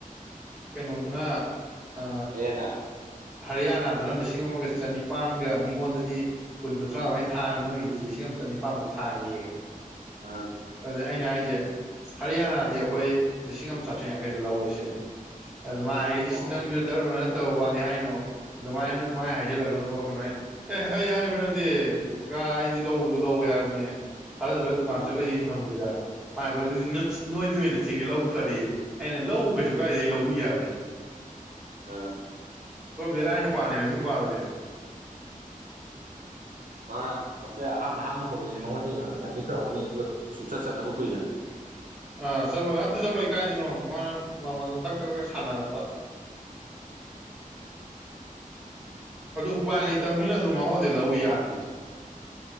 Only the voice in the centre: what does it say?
ꯩꯅ ꯑꯣꯏꯗꯅ ꯑ
ꯍꯔꯤꯌꯥꯅꯥꯗꯨꯅ ꯂꯤꯁꯤꯡ ꯑꯃꯒ ꯆꯅꯤꯄꯥꯟꯒ ꯃꯤꯉꯣꯟꯗꯗꯤ ꯀꯨꯟ ꯀꯨꯟꯊ꯭ꯔꯥ ꯑꯗꯨꯃꯥꯏ ꯊꯥꯃꯤ ꯅꯣꯏꯒꯤꯗꯤ ꯂꯤꯁꯤꯡ ꯑꯃ ꯆꯅꯤꯄꯥꯟꯃꯨꯛ ꯊꯥꯒꯦ
ꯑꯗꯨꯗ ꯑꯩꯅ ꯍꯥꯏꯁꯦ ꯍꯔꯤꯌꯥꯅꯥꯗꯤ ꯑꯩꯈꯣꯏ ꯂꯤꯁꯤꯡ ꯑꯃ ꯆꯥꯇ꯭ꯔꯦꯠ ꯌꯥꯡꯈꯩꯗ ꯂꯧꯋꯦ ꯁꯤꯅꯤ ꯑꯗꯨ ꯃꯥ ꯍꯥꯏ ꯏ
ꯅꯪꯁꯨ ꯙꯔꯃ ꯅꯠꯇꯕ ꯋꯥꯗꯤ ꯍꯥꯏꯅꯣ ꯑꯗꯨꯃꯥꯏꯅ ꯅꯣꯏ ꯄꯥꯡꯑꯥꯏ ꯍꯥꯏꯖꯤꯜꯂꯒꯅꯨꯀꯣ ꯀꯩꯅꯣꯥꯏꯅ ꯑꯦꯍ ꯑꯩ ꯍꯥꯏꯕ ꯅꯠꯇꯦ ꯀꯥ ꯑꯩꯗꯤ ꯂꯧꯕꯗꯣ ꯂꯧꯋꯦ ꯍꯥꯏꯕꯅꯦ ꯊꯥꯖꯗ꯭ꯔ ꯗꯨꯀꯥꯟ
ꯆꯠꯂ ꯑꯩ ꯍꯪꯉꯨꯁꯦ ꯍꯥꯏꯕ ꯄꯥꯏꯕ ꯑꯗꯨꯗꯤ ꯅꯣꯏꯗꯤ ꯑꯣꯏꯅ ꯆꯤꯡꯉꯦ ꯂꯧꯅ ꯐꯔꯌꯦ ꯑꯩꯅ ꯂꯧ ꯀꯩꯁꯨ ꯀꯥꯏꯗꯒꯤꯩ ꯂꯧ ꯕꯤ ꯀꯌꯥ
ꯍꯣꯏ ꯕꯦꯔꯥꯏ ꯅꯨꯄꯥꯥꯅꯦꯃꯦ ꯑꯗꯨ ꯅꯨꯄꯥꯗꯨꯗꯤ
ꯑ ꯆꯠꯂꯣꯏ ꯑꯝꯇ ꯆꯠꯂꯣꯏ ꯀꯥꯏꯁꯤꯅꯣ ꯃꯥꯅ ꯃꯃꯟꯗ ꯇꯛ ꯇꯛ ꯇꯛ ꯁꯥꯟꯅꯔꯛꯄꯥ
ꯑꯗꯨ ꯎꯄꯥꯏ ꯂꯩꯇꯕꯅꯤꯅ
ꯑꯗꯨꯝ ꯃꯉꯣꯟꯗ ꯂꯧꯕ ꯌꯥꯗꯦ